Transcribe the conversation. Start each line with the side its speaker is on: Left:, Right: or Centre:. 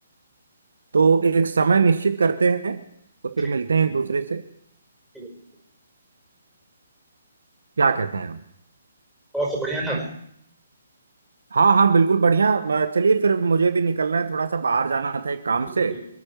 Right: तो एक समय निश्चित करते हैं तो फिर
Centre: ठीक
Right: मिलते
Centre: है
Right: हैं एक दूसरे से
Centre: ठीक है
Right: क्या कहते हैं हम
Centre: और सब बढ़िया है ना
Right: हाँ हाँ बिल्कुल बढ़िया अ, चलिए फिर मुझे भी निकलना है थोड़ा सा बाहर जाना था एक काम
Centre: ठीक है
Right: से
Centre: ठीक है